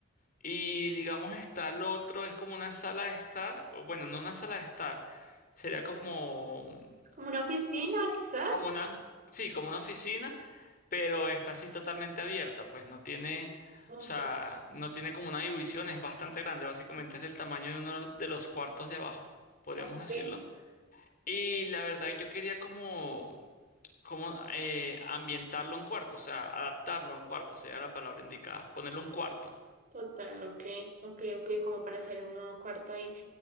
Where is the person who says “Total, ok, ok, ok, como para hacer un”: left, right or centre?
Right